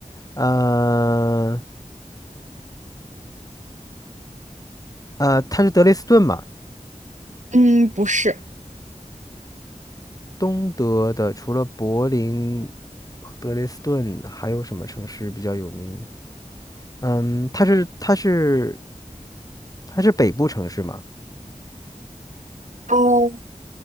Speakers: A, on the left; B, on the right.
A: 呃呃，它是德累斯顿嘛？
B: 嗯，不是。
A: 东德的除了柏林、德累斯顿，还有什么城市比较有名？嗯，它是它是它是北部城市吗？
B: 哦，